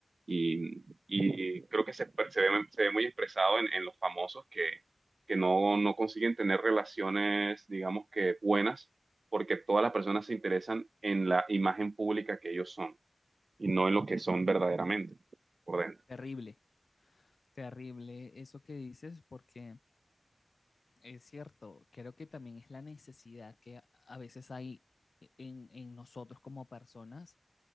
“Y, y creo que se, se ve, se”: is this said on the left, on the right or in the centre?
Right